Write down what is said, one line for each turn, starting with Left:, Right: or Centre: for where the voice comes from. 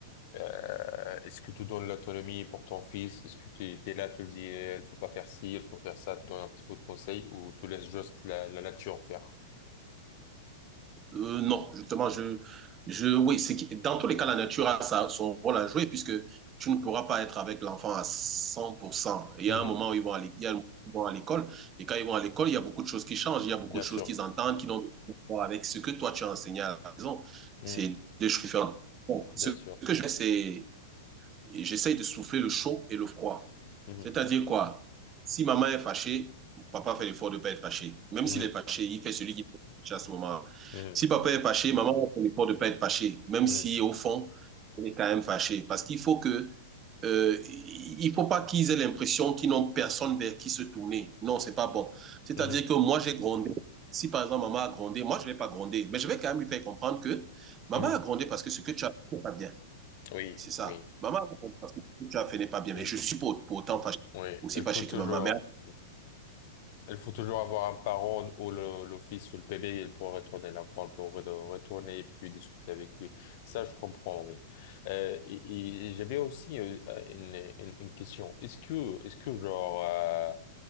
Left: euh, est-ce que tu donnes l'autonomie pour ton fils? Est-ce que tu es là, tu le dis, eh, il faut pas faire ci, il faut faire ça, tu donnes un petit peu de conseils ou tu laisses juste la, la nature faire?
Right: Euh, non, justement, je, je, oui, c'est que- dans tous les cas, la nature a sa- son rôle à jouer puisque tu ne pourras pas être avec l'enfant à 100%. Il y
Left: Mhm.
Right: a un moment où ils vont à l'é- il y a un moment où ils vont à l'école et quand ils vont à l'école, il y a beaucoup de choses qui changent, il y a beaucoup
Left: Bien
Right: de choses
Left: sûr.
Right: qu'ils entendent qui n'ont rien à voir avec ce que toi tu as enseigné à la maison.
Left: Mhm.
Right: C'est deux choses différentes. Bon,
Left: Bien
Right: ce
Left: sûr.
Right: que je fais, c'est et j'essaye de souffler le chaud et le froid.
Left: Mhm.
Right: C'est-à-dire quoi? Si maman est fâchée, papa fait l'effort de ne pas être fâché. Même
Left: Mhm.
Right: s'il est fâché, il fait celui qui est fâché à ce moment -là.
Left: Mhm.
Right: Si papa est fâché, maman fait l'effort de ne pas être fâché. Même
Left: Mhm.
Right: si, au fond, elle est quand même fâchée. Parce qu'il faut que, euh, il faut pas qu'ils aient l'impression qu'ils n'ont personne vers qui se tourner. Non, c'est pas bon. C'est-à-dire
Left: Mhm.
Right: que moi, j'ai grondé. Si par exemple maman a grondé, moi je ne vais pas gronder, mais je vais quand même lui faire comprendre que maman
Left: Mhm.
Right: a grondé parce que ce que tu as fait n'est pas bien.
Left: Oui,
Right: C'est ça.
Left: oui.
Right: Maman, parce que ce que tu as fait n'est pas bien,
Left: Mhm.
Right: mais je suis pour, pour autant fâché-
Left: Oui,
Right: aussi
Left: il
Right: fâché
Left: faut toujours.
Right: que maman. Mais
Left: Il faut toujours avoir un parent ou le- l'office ou le PB il pourra retourner l'enfant pour retourner et puis discuter avec lui. Ça, je comprends, oui. Euh, et, et j'avais aussi euh, une, une, une question. Est-ce que, est-ce que genre euh,